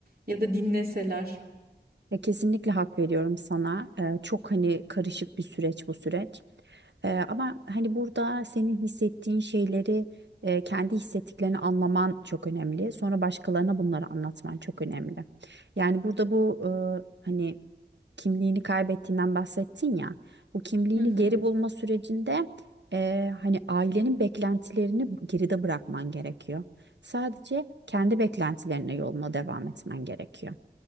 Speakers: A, on the right; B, on the right.
A: ya da dinleseler.
B: Ya kesinlikle hak veriyorum sana. Ee, çok hani karışık bir süreç bu süreç. Ee, ama hani burada senin hissettiğin şeyleri e, kendi hissettiklerini anlaman çok önemli. Sonra başkalarına bunları anlatman çok önemli. Yani burada bu e, hani kimliğini kaybettiğinden bahsettin ya. Bu kimliğini
A: Hı hı.
B: geri bulma sürecinde e, hani ailenin beklentilerini geride bırakman gerekiyor. Sadece kendi beklentilerine yoluna devam etmen gerekiyor.